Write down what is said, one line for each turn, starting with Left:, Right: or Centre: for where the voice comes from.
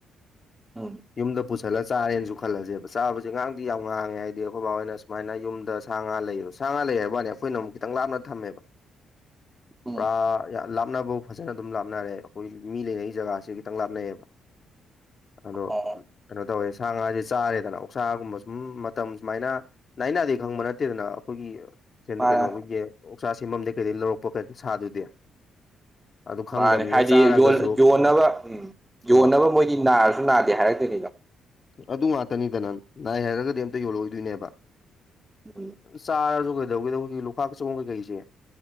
Right: ꯎꯝ
Left: ꯌꯨꯝꯗ ꯄꯨꯁꯂ ꯆꯥꯔꯦꯟ ꯆ ꯈꯜꯂꯁꯦꯕ ꯆꯥꯕꯁꯦ ꯉꯥꯡꯗꯤ ꯌꯥꯝ ꯉꯥꯡꯉꯦ ꯍꯥꯏꯗꯤ ꯑꯩꯈꯣꯏ ꯕꯥ ꯍꯣꯏꯅ ꯁꯨꯃꯥꯏꯅ ꯌꯨꯝꯗ ꯁꯥ ꯉꯥ ꯂꯩꯌꯦꯣ ꯁꯥ ꯉꯥ ꯂꯩꯔ ꯍꯥꯏꯕ ꯋꯥꯅꯤ ꯑꯩꯈꯣꯏꯅ ꯑꯃꯨꯛ ꯈꯤꯇꯪ ꯂꯥꯞꯅ ꯊꯝꯃꯦꯕ
Right: ꯎꯝ
Left: ꯄꯨꯔꯥ ꯂꯥꯞꯅꯕꯥꯎ ꯐꯖꯅ ꯑꯗꯨꯝ ꯂꯥꯞꯅꯔꯦ ꯑꯩꯈꯣꯏ ꯃꯤ ꯂꯩꯅꯔꯤ ꯖꯒꯥꯁꯦ ꯈꯤꯇꯪ ꯂꯥꯞꯅꯩꯌꯦꯕ ꯑꯗꯣ
Right: ꯑꯣ
Left: ꯀꯩꯅꯣ ꯇꯧꯋꯦ ꯁꯥ ꯉꯥꯁꯦ ꯆꯥꯔꯦꯗꯅ ꯑꯣꯛꯁꯥꯒꯨꯝꯕ ꯁꯨꯝ ꯃꯇꯝ ꯁꯨꯃꯥꯏꯅ ꯂꯅꯥꯏꯅꯥꯗꯤ ꯈꯪꯕ ꯅꯠꯇꯦꯗꯅ ꯑꯩꯈꯣꯏꯒꯤ
Right: ꯃꯥꯅꯦ
Left: ꯀꯩꯅꯣꯒꯤ ꯑꯣꯛꯆꯥ ꯁꯦꯝꯃꯝꯗꯒꯤꯩ ꯀꯩꯗꯩ ꯂꯧꯔꯛꯄ ꯀ ꯁꯥꯗꯨꯗꯤ ꯑꯗꯨ ꯈꯪꯗꯕꯅꯤꯅ
Right: ꯃꯥꯅꯦ ꯍꯥꯏꯗꯤ
Left: ꯆꯥꯔꯒꯁꯨ
Right: ꯌꯣꯟꯅꯕ ꯎꯝ ꯌꯣꯟꯅꯕ
Left: ꯍꯣꯏ
Right: ꯃꯣꯏꯗꯤ ꯅꯥꯔꯁꯨ ꯅꯥꯗꯦ ꯍꯥꯏꯔꯛꯇꯣꯏꯅꯤꯗꯣ
Left: ꯑꯗꯨ ꯉꯥꯛꯇꯅꯤꯗ ꯅ ꯅꯥꯏ ꯍꯥꯏꯔꯒꯗꯤ ꯑꯝꯇ ꯌꯣꯜꯂꯛꯑꯣꯏꯗꯣꯏꯅꯦꯕ
Right: ꯎꯝ
Left: ꯆꯥꯔꯁꯨ ꯀꯩꯗꯧꯒꯦꯗ ꯍꯧꯖꯤꯛ ꯂꯣꯛꯈꯥꯛ ꯆꯆꯕ ꯀꯩꯀꯩꯁꯦ